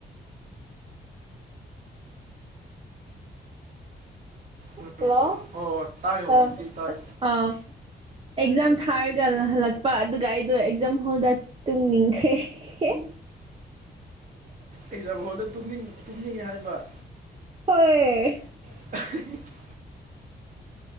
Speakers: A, on the right (about 45°); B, on the right (about 30°).
A: ꯎꯝ
B: ꯍꯜꯂꯣ
A: ꯎꯝ ꯑꯣ ꯑꯣ ꯇꯥꯔꯦ ꯍꯧꯖꯤꯛꯇꯤ
B: ꯑ
A: ꯇꯥꯔꯦ
B: ꯑꯥ ꯑꯦꯛꯖꯥꯝ ꯊꯥꯔꯒ ꯍꯜꯂꯛꯄ ꯑꯗꯨꯒ ꯑꯩꯗꯣ ꯑꯦꯛꯖꯥꯝ ꯍꯣꯜꯗ ꯇꯨꯡꯅꯤꯡꯈ꯭ꯔꯦ ꯍꯦ
A: ꯑꯦꯛꯖꯥꯝ ꯍꯣꯜꯗ ꯇꯨꯝꯅꯤꯡꯉꯦ ꯍꯥꯏꯕ
B: ꯍꯣꯏ
A: <unintelligible>